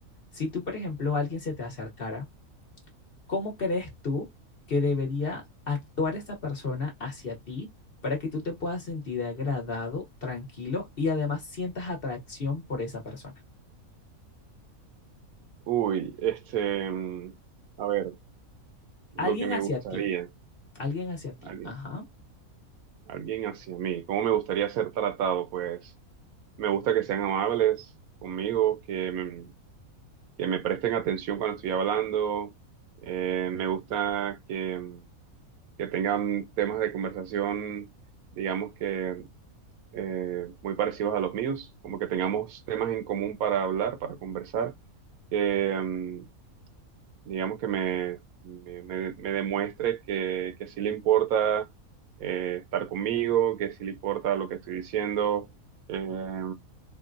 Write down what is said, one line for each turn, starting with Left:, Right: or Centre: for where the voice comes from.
Left: Si tú, por ejemplo, alguien se te acercara ¿Cómo crees tú que debería actuar esa persona hacia ti para que tú te puedas sentir agradado, tranquilo y además sientas atracción por esa persona?
Right: Uy, este, mm, a ver, lo
Left: Alguien
Right: que me
Left: hacia
Right: gustaría,
Left: ti, alguien hacia ti.
Right: alguien,
Left: Ajá,
Right: alguien hacia mí, ¿cómo me gustaría ser tratado? Pues me gusta que sean amables conmigo, que me, que me presten atención cuando estoy hablando, eh, me gusta que, mm, que tengan temas de conversación, digamos que eh, muy parecidos a los míos, como que tengamos temas en común para hablar, para conversar, que mm, digamos que me, me, me- me demuestre que, que sí le importa eh, estar conmigo, que sí le importa lo que estoy diciendo. eh,